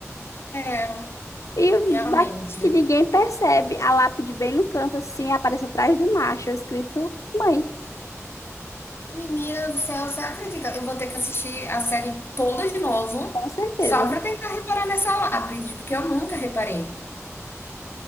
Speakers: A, on the left; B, on the left.
A: É,
B: E
A: realmente.
B: ba- que ninguém percebe. A lápide bem no canto, assim, aparece atrás do macho, escrito mãe,
A: Menina do céu, você acredita? Eu vou ter que assistir a série toda de novo
B: com certeza.
A: só para tentar reparar nessa lápide, porque eu nunca reparei.